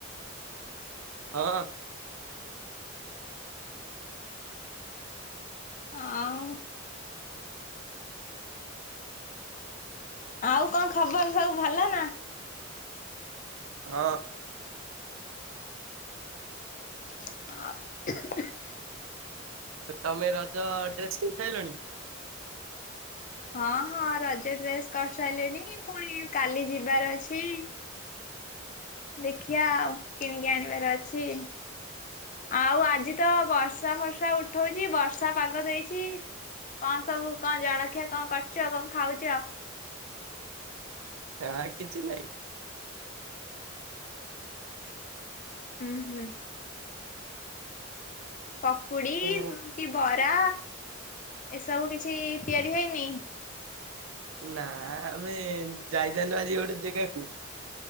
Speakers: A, on the right; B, on the left.
A: ହଁ।
B: ଆଉ ଆଉ କଣ ଖବର ସବୁ ଭଲ ନା?
A: ହଁ।
B: <unintelligible>
A: ତ ତମେ ରଜ ଡ୍ରେସ୍ କିଣି ସାଇଲଣି?
B: ହଁ-ହଁ ରଜ ଡ୍ରେସ୍ କରିସାରିଲିଣି ପୁଣି କାଲି ଯିବାର ଅଛି। ଦେଖିଆ ଆଉ କିଣିକି ଆଣିବାର ଅଛି। ଆଉ ଆଜି ତ ବର୍ଷା ଫର୍ଷା ଉଠଉଚି ବର୍ଷା ପାଗ ଦେଇଚି। କଣ ସବୁ କଣ ଜଳଖିଆ କଣ କରୁଚ ଆଉ କଣ ଖାଉଚ?
A: ନା କିଛି ନାଇଁ।
B: ହୁଁ-ହୁଁ। ପକୁଡ଼ି
A: ମୁଁ
B: କି ବରା ଏସବୁ କିଛି ତିଆରି ହେଇନି।
A: ନା ଆମେ ଯାଇଥାଲୁ ଆଜି ଗୋଟେ ଜେଗାକୁ